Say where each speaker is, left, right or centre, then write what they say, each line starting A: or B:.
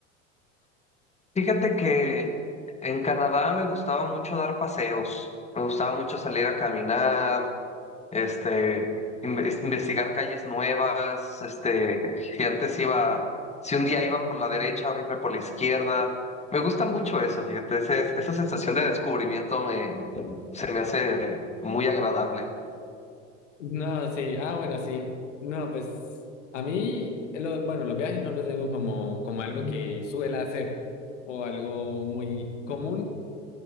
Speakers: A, on the left (about 20°); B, on the left (about 80°).
A: Fíjate que en Canadá me gustaba mucho dar paseos, me gustaba mucho salir a caminar, este, inves- investigar calles nuevas, este, si antes iba, si un día iba por la derecha, ahora irme por la izquierda. Me gusta mucho eso, fíjate, ese- esa sensación de descubrimiento me, se me hace muy agradable.
B: No, sí. Ah, bueno, sí. No, pues a mí, eh, lo- bueno, los viajes no los tengo como, como algo que suela hacer o algo muy común.